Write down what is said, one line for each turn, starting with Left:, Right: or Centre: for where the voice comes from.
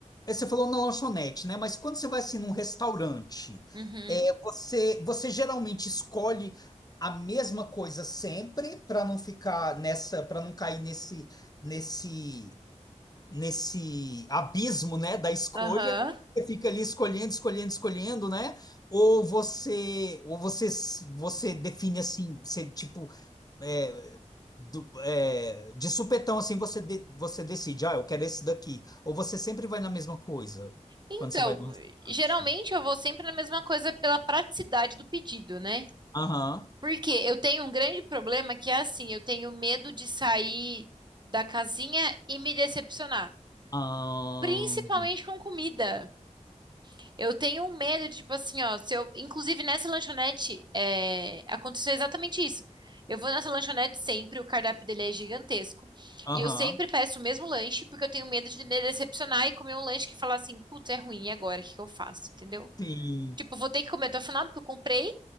Left: é, Você falou na lanchonete, né? Mas quando você vai assim num restaurante,
Right: Uhum.
Left: é, você, você geralmente escolhe a mesma coisa sempre para não ficar nessa, para não cair nesse, nesse, nesse abismo, né, da escolha.
Right: Aham.
Left: Você fica ali escolhendo, escolhendo, escolhendo, né? Ou você, ou você, você define assim, você tipo é, do- é, de supetão, assim, você, de- você decide, ah, eu quero esse daqui. Ou você sempre vai na mesma coisa
Right: Então,
Left: quando você vai no restaurante?
Right: geralmente eu vou sempre na mesma coisa pela praticidade do pedido, né?
Left: Aham.
Right: Porque eu tenho um grande problema que é assim, eu tenho medo de sair da casinha e me decepcionar.
Left: Ahn,
Right: Principalmente com comida. Eu tenho um medo de, tipo assim, ó, se eu, inclusive nessa lanchonete, é, aconteceu exatamente isso. Eu vou nessa lanchonete sempre, o cardápio dele é gigantesco.
Left: Aham.
Right: E eu sempre peço o mesmo lanche, porque eu tenho medo de me decepcionar e comer um lanche que falar assim, putz, é ruim, e agora? O que que eu faço? Entendeu?
Left: Sim.
Right: Tipo, vou ter que comer até o final, porque eu comprei,